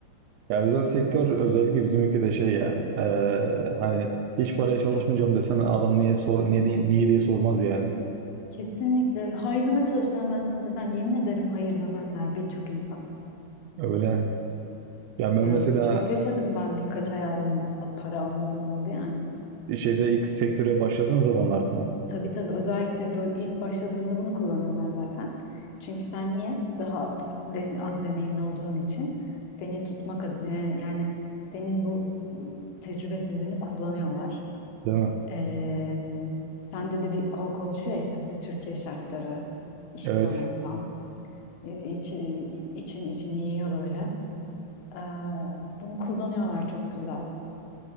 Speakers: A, on the right; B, on the left.
A: Ya özel sektör özellikle bizim ülkede şey ya e, hani hiç paraya çalışmayacağım desen adam niye sor ne diye, niye diye sormaz yani.
B: Kesinlikle hayrına çalışacağım ben sana desem yemin ederim hayır demezler birçok insan.
A: Öyle. Yani ben
B: Yani
A: mesela
B: çok yaşadım ben birkaç ay aldım para almadığım oldu yani.
A: şeyde ilk sektöre başladığın zamanlarda mı?
B: Tabii tabii özellikle böyle ilk başladığında bunu kullanıyorlar zaten. Çünkü sen niye daha t- den- az deneyimli olduğun için seni tutmak ad- e, yani senin bu e, tecrübesizliğini kullanıyorlar.
A: Değil mi?
B: Ee, sende de bir korku oluşuyor ya işte Türkiye şartları iş
A: Evet.
B: bulamazsam e, içi- için içini yiyor böyle. Ee, bunu kullanıyorlar çok güzel.